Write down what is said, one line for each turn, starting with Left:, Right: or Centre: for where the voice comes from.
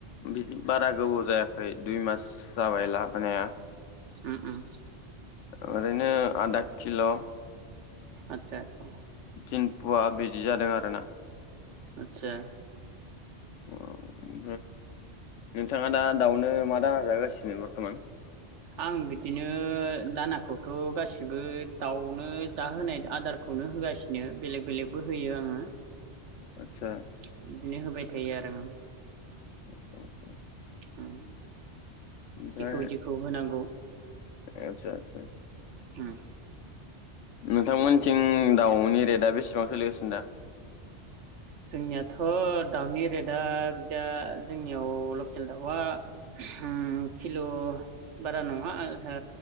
Left: बिदि बारा गोबाव जायाखै दुइ मास जाबाय लाबोनाया
Right: उम ओम
Left: ओरैनो आदा किल'
Right: आतसा आतसा
Left: तिनम्पुआ बिजि जादों आरोना
Right: आतसा
Left: ओम नोंथाङा दा दाउनो मा दाना जाहोगासिनो बर्थ'मान?
Right: आं बिदिनो दानाखौथ' गासिबो दाउनो जाहोनाय आदारखौनो होगासिनो बेलेग बेलेगबो होयो आङो
Left: आदसा
Right: बिदिनो होबाय होयो आरो ओ।
Left: आतसा आस्सा <unintelligible>
Right: उम।
Left: ओमफ्राय,
Right: जेखौ जेखौ होनांगौ
Left: आचसा आचसा।
Right: होम।
Left: नोंथांमोनथिं दाउनि रेटआ बेसेबां सोलिगासिनो दा?
Right: जोंनियाथ', दाउनि रेटआ बिदिया जोंनियाव लकेल दाउआ होम किल' बारा नङा। ओ